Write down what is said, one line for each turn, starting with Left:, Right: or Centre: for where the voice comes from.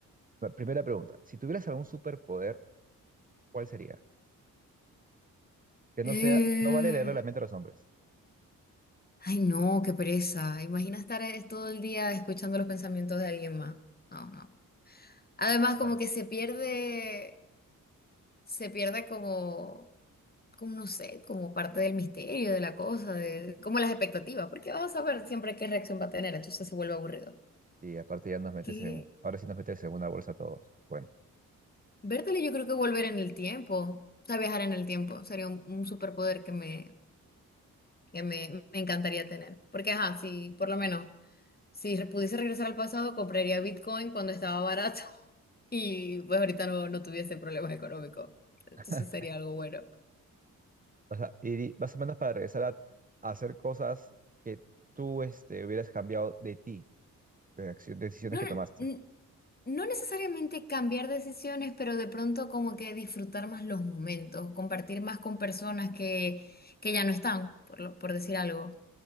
Right: la primera pregunta. Si tuvieras algún superpoder, ¿cuál sería? Que no
Left: Eh,
Right: sea, no vale leerle la mente a los hombres.
Left: Ay, no, qué pereza. Imagina estar eh, todo el día escuchando los pensamientos de alguien más. No, no. Además, como
Right: Ah,
Left: que se pierde, se pierde como, como no sé, como parte del misterio de la cosa, de, como las expectativas, porque vas a saber siempre qué reacción va a tener, entonces se vuelve aburrido.
Right: Sí, aparte ya nos metes
Left: Que
Right: en, ahora sí nos metes en una bolsa a todos. Bueno,
Left: vértelo, yo creo que volver en el tiempo, o sea, viajar en el tiempo, sería un, un superpoder que me, que me, me encantaría tener. Porque, ajá, si por lo menos, si re- pudiese regresar al pasado, compraría Bitcoin cuando estaba barato <laughs> y pues ahorita no, no tuviese problemas económicos. Entonces
Right: <laughs>
Left: sería algo bueno.
Right: o sea, y más o menos para regresar a, a hacer cosas que tú este, hubieras cambiado de ti, de acción- decisiones
Left: No,
Right: que tomaste.
Left: n- no necesariamente cambiar decisiones, pero de pronto como que disfrutar más los momentos, compartir más con personas que, que ya no están, por, lo- por decir algo.